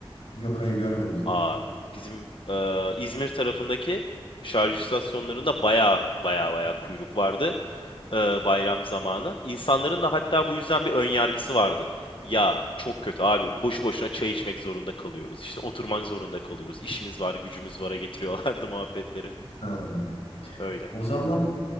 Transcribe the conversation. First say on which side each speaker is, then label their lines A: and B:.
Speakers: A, on the left; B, on the left.
A: Yok hayır görmedim.
B: Aa, bizim e, İzmir tarafındaki şarj istasyonlarında baya baya baya kuyruk vardı. e, bayram zamanı. İnsanların da hatta bu yüzden bir ön yargısı vardı. Ya çok kötü abi boşu boşuna çay içmek zorunda kalıyoruz. işte oturmak zorunda kalıyoruz. işimiz var, gücümüz var'a getiriyorlardı <laughs> muhabbetleri.
A: Ha.
B: Öyle.
A: O zaman